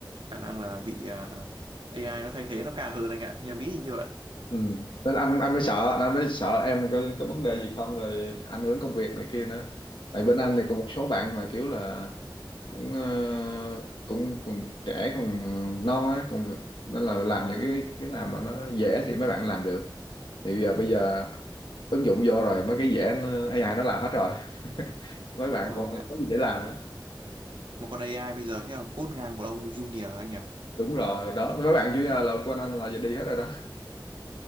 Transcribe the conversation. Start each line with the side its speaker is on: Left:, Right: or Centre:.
Right: khả năng là bị à, AI nó thay thế nó cao hơn anh ạ. Em nghĩ như vậy.
Left: ừ. nên anh anh mới sợ anh mới sợ em có, có vấn đề gì không rồi ảnh hưởng công việc này kia nữa tại bên anh thì có một số bạn mà kiểu là cũng ờ, cũng còn trẻ còn non á còn nên là làm những cái cái nào mà nó dễ thì mấy bạn làm được thì bây giờ bây giờ ứng dụng vô rồi mấy cái dễ nó, AI nó làm hết rồi <laughs> mấy
Right: Đúng
Left: bạn
Right: rồi
Left: còn
Right: anh
Left: không
Right: ạ.
Left: có gì để làm á
Right: Một con AI bây giờ thế là code ngang một ông junior anh ạ.
Left: đúng rồi đó mấy bạn chủ nhà là quanh anh là giờ đi hết rồi đó